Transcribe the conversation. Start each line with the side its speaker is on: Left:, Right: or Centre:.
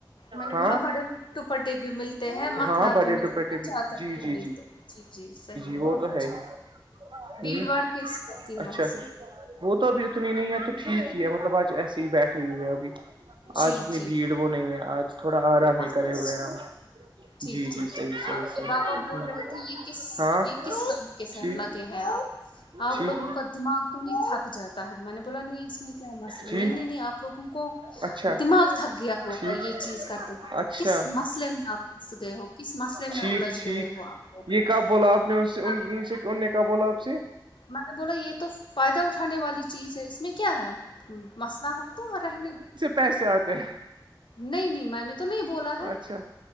Left: میں نے
Right: ہاں
Left: بولا بڑے دٹپٹیے بھی ملتے ہیں م
Right: ہاں بڑے
Left: ب ملتا
Right: ٹوپیٹے بھی
Left: چ تر
Right: جی جی
Left: ملتے
Right: جی
Left: جی جی صحیح
Right: وہ
Left: بہت
Right: تو
Left: اچھا
Right: ہے ہی
Left: بھیڑ
Right: ہ
Left: باڑ کیسی ہوتی ہے وہاں
Right: اچھا
Left: سے
Right: وہ تو ابھی اتنی نہیں ہے تو ٹھیک ہی ہے مطلب آج ایسے ہی بیٹھے ہوئے ابھی
Left: جی
Right: آج اتنی
Left: جی
Right: بھیڑ وہ نہیں ہے آج تھوڑا آرام
Left: اچھا
Right: ہی کرے ہوئے ہیں ہم
Left: ٹھیک
Right: جی
Left: ٹھیک
Right: جی صحیح
Left: ٹھیک
Right: صحیح
Left: آپ کے
Right: صحیح
Left: بابا بول رہے تھے یہ کس
Right: ہاں
Left: یہ کس کام کے ساتھ
Right: ٹھیک
Left: لگے ہیں آپ آپ
Right: ٹھیک
Left: لوگوں کا دماغ تو نہیں تھک جاتا ہے میں نے بولا نہیں اس میں کیا مسئلہ نہیں
Right: ٹھیک
Left: نہیں آپ لوگوں کو
Right: اچھا
Left: دماغ تھک گیا ہوگا
Right: ٹھیک
Left: یہ چیز کرتے کرتے
Right: اچھا
Left: کس مسئلے میں آپ پھنس گئے ہو کس مسئلے
Right: ٹھیک
Left: میں الجھ
Right: ٹھیک
Left: گئے ہو آپ لوگ
Right: یہ ک بولا آپ
Left: میں
Right: نے ان سے
Left: بولا
Right: ان سے ان نے کیا بولا آپسی
Left: میں نے بولا یہ تو فائدہ اٹھانے والی چیز ہے اس میں کیا ہے مسئلہ ہے تو رہنے
Right: پیسےتے
Left: نہیں نہیں میں نے تو نہیں بولا ہے
Right: اچھا